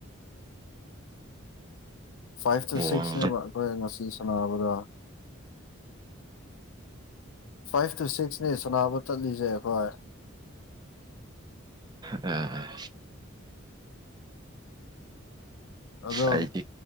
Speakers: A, on the left; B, on the right.
A: ꯐꯥꯏꯚ ꯇꯨ
B: ꯕꯣꯜ
A: ꯁꯤꯛꯁꯅꯦꯕ ꯑꯩꯈꯣꯏ ꯉꯁꯤ ꯁꯥꯟꯅꯕꯗ ꯐꯥꯏꯚ ꯇꯨ ꯁꯤꯛꯁꯅꯦ ꯁꯅꯥꯕꯨ ꯆꯠꯂꯤꯁꯦ ꯑꯩꯈꯣꯏ
B: ꯑ
A: ꯑꯗ
B: ꯑꯩꯗꯤ